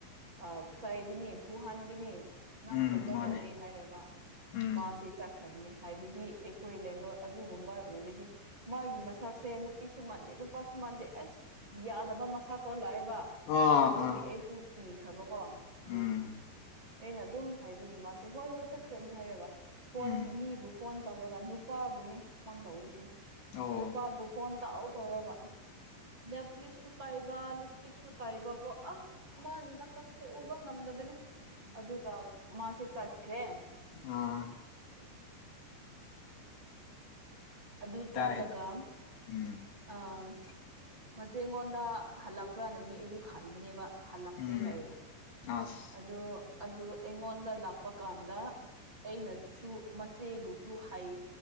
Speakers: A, on the right; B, on the left.
A: ꯑ ꯆꯥꯏꯒꯅꯤ ꯐꯨꯍꯟꯒꯅꯤ ꯅꯪ
B: ꯎꯝ
A: ꯇꯨꯝꯕ
B: ꯃꯥꯅꯦ
A: ꯌꯥꯗꯦ ꯍꯥꯏꯔꯒ
B: ꯎꯝ
A: ꯃꯥꯁꯤ ꯆꯠꯈ꯭ꯔꯕꯅꯤ ꯍꯥꯏꯕꯗꯤ ꯑꯩꯈꯣꯏ ꯂꯦꯟꯔꯣꯠ ꯑꯗꯨꯒꯨꯝꯕ ꯎꯔꯗꯤ ꯃꯥꯒꯤ ꯃꯁꯥꯛꯁꯦ ꯅꯨꯄꯤꯁꯨ ꯃꯥꯟꯗꯦ ꯅꯨꯄꯥꯁꯨ ꯃꯥꯟꯗꯦ ꯑꯁ ꯌꯥꯗꯕ ꯃꯁꯥꯛꯇꯣ ꯂꯥꯛꯌꯦꯕ
B: ꯑꯥ
A: ꯑꯗꯨꯒꯤ ꯑꯩꯁꯨ
B: ꯑꯥ
A: ꯀꯤꯈ꯭ꯔꯕꯀꯣ ꯑꯗꯨ
B: ꯎꯝ
A: ꯑꯩꯅ ꯑꯗꯨꯝ ꯍꯥꯏꯕꯤꯒ ꯃꯥꯁꯦ ꯍꯣꯏ ꯍꯣꯏ ꯆꯠꯈ꯭ꯔꯅꯤ ꯍꯥꯏꯔꯒ ꯐꯣꯟ
B: ꯎꯝ
A: ꯃꯤꯕꯨ ꯐꯣꯟ ꯇꯧꯔꯒ ꯅꯨꯄꯥꯕꯨꯅꯦ ꯐꯣꯟ ꯇꯧꯔꯤꯁꯦ
B: ꯑꯣ
A: ꯅꯨꯄꯥꯕꯨ ꯐꯣꯟ ꯇꯧ ꯇꯧꯔꯕ ꯅꯦꯞꯂꯤꯁꯁꯨ ꯇꯩꯕ ꯂꯤꯞꯁꯇꯤꯛꯁꯨ ꯇꯩꯕ ꯀꯣ ꯑꯁ ꯃꯥꯒꯤ ꯃꯁꯛꯁꯦ ꯎꯕ ꯉꯝꯗꯕꯅꯦ ꯑꯗꯨꯒ ꯃꯥꯁꯦ ꯆꯠꯈ꯭ꯔꯦ
B: ꯑ
A: ꯑꯗꯨ ꯆꯠꯂꯒ
B: ꯇꯥꯏ ꯎꯝ
A: ꯑꯥꯝ ꯃꯆꯦꯉꯣꯟꯗ ꯍꯜꯂꯛꯄ꯭ꯔꯅꯗꯤ ꯑꯩꯗꯤ ꯈꯟꯕꯅꯦꯕ ꯍꯜꯂꯛꯇꯦ
B: ꯎꯝ
A: ꯍꯥꯏꯌꯦ
B: ꯑꯁ
A: ꯑꯗꯣ ꯑꯗꯨ ꯑꯩꯉꯣꯟꯗ ꯂꯥꯛꯄ ꯀꯥꯟꯗ ꯑꯩꯅꯁꯨ ꯃꯆꯦꯕꯨꯁꯨ ꯍꯥꯏ